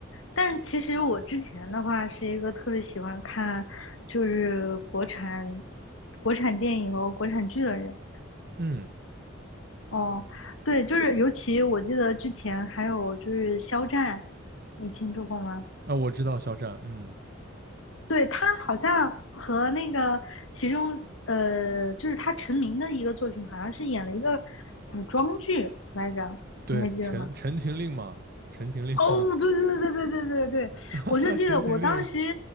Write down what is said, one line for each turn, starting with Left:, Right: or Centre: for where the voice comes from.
Left: 但其实我之前的话是一个特别喜欢看就是国产国产电影和国产剧的人。
Right: 嗯，
Left: 哦，对，就是尤其我记得之前还有就是肖战，你听说过吗？
Right: 啊，我知道肖战，嗯，
Left: 对，他好像和那个其中呃，就是他成名的一个作品，好像是演了一个古装剧来着，
Right: 对，
Left: 你还记得吗？
Right: 陈《陈情令》嘛，《陈情令》，
Left: 哦，
Right: <laughs>
Left: 对对对对对对对，
Right: 哈哈，
Left: 我就记得我当时，
Right: 《陈情令》